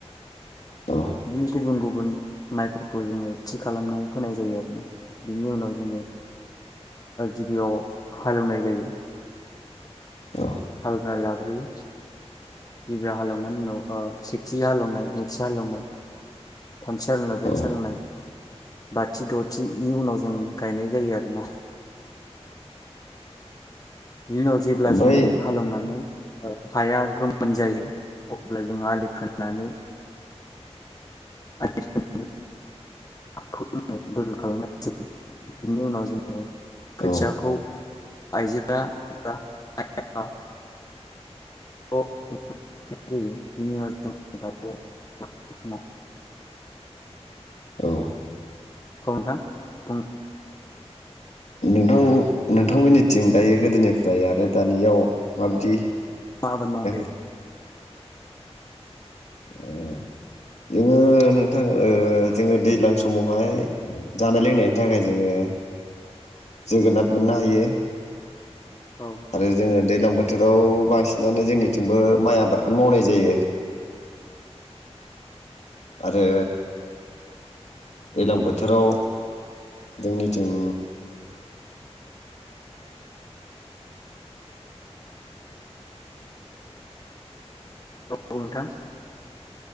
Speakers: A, on the left (about 85°); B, on the left (about 35°).
A: औ
B: बिदिनो गुबुन-गुबुन माइफोरखौ जोङो थि खालामना फोनाय जायो आरो ना। बिनि उनाव जोङो गिबियाव हालेवनाय जायो।
A: औ
B: हालौना लाग्रोयो गिबियाव हालेवनायनि उनाव सेथि हालौनाय, नैथि हालौनाय, थामथि हालौनाय, ब्रैथि
A: औ
B: हालौनाय, बाथि, दथिनि उनाव जों गायनाय जायो आरोना। बिनि उनाव जेब्ला
A: ओमफ्राय
B: जोङो हालौनानै ओ हाया गोमोन जायो अब्ला जों आलि खोनानै आलि खोनानै हाखौ जोङो दोलो खालामनायसै बेनि उनाव जोङो खोथियाखौ
A: औ
B: आइजोफ्रा बा <unintelligible> <unintelligible>
A: औ
B: <unintelligible>
A: नोंथां नोंथांमोननिथिं दायो गोदोनिफ्राय आरो दानियाव माबायदि
B: मा आबाद मावो
A: <unintelligible> ओ जोङो नोंथां ओ जोङो दैज्लां समावहाय जानाय लोंनायनि थाखाय जोङो जोगोनात मोननो हायो।
B: औ
A: आरो जोङो दैलां बोथोर। बोथोराव बांसिनानो जोंनिथिंबो माइ आबादखौनो मावनाय जायो। आरो दैलां बोथोराव जोंनिथिं
B: औ नोंथां।